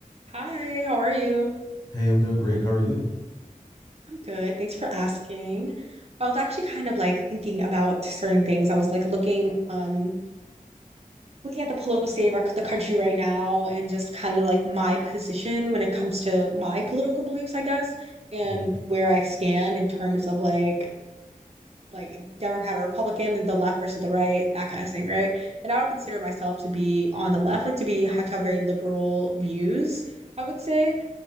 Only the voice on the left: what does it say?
Hey, I'm doing great. How are you?
hmm